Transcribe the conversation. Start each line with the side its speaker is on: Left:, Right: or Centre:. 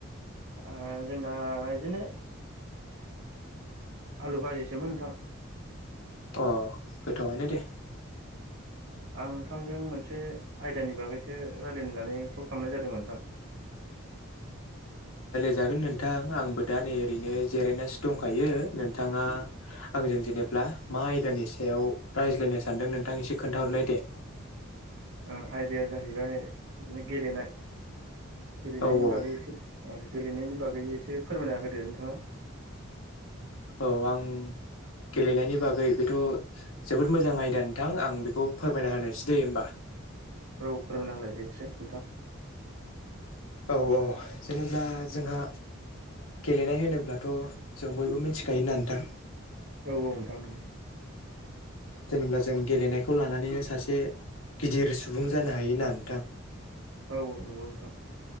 Right: ओ जोंना बिदिनो आलु भाजिसोमोन नोंथां।
Left: अ गोथावआनो दे
Right: आं नोंथांजों मोनसे आयदानि बागैसो रायलायनो होननानै कल खालामनाय जादोंमोन नोंथां।
Left: <unintelligible> जागोन नोंथां आं दा नै ओरैनो जिरायनासो दंखायो नोंथाङा आंजों जेनेब्ला मा आयदानि सायाव रायज्लायनो सान्दों नोंथां एसे खोन्थाहरलाय दे
Right: आयदाया जाहैबाय बिदिनो गेलेनाय गेलेनायनि
Left: औ औ
Right: बागै एसे गेलेनायनि बागै एसे फोरमायना होदो नोंथाङा।
Left: औ आं गेलेनायनि बागै बेथ' जोबोद मोजां आयदा नोंथां आं बेखौ फोरमायना होनोसै दे होमबा
Right: औ फोरमायना होलाय दे एसे नोंथां
Left: औ औ जेनेब्ला जोंहा गेलेनाय होनोब्लाथ' जों बयबो मिथिखायो ना नोंथां।
Right: औ औ नोंथां नंगौ।
Left: जेनेब्ला जों गेलेनायखौ लानानैनो सासे गिदिर सुबुं जानो हायो ना नोंथां?
Right: औ औ नंगौ नोंथां।